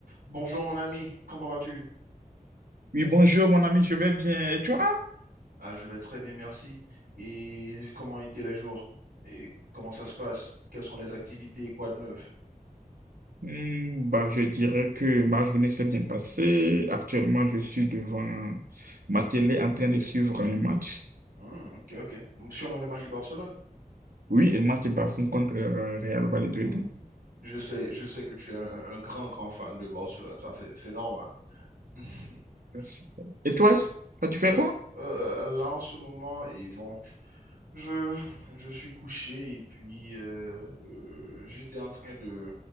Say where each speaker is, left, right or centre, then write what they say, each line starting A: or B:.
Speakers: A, on the right; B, on the right.
A: Bonjour mon ami, comment vas-tu?
B: Oui, bonjour mon ami, je vais bien. Et toi?
A: Ah, je vais très bien, merci. Et comment étaient les jours? Et comment ça se passe? Quelles sont les activités? Quoi de neuf?
B: Hmm, bah, je dirais que ma journée s'est bien passée. Actuellement, je suis devant ma télé en train de suivre un match.
A: Hmm, ok, ok. Hmm, Sûrement le match de Barcelone.
B: Oui, le match de Barcelone contre euh,
A: Hmm,
B: Real Valladolid.
A: mhm. Je sais, je sais que tu es un, un grand, grand fan de Barcelone, ça c'est c'est normal. <laughs>
B: Ah, super. Et toi? Toi, tu fais
A: Euh,
B: quoi?
A: euh, là en ce moment, et bon, je, je suis couché et puis euh, euh, j'étais en train de,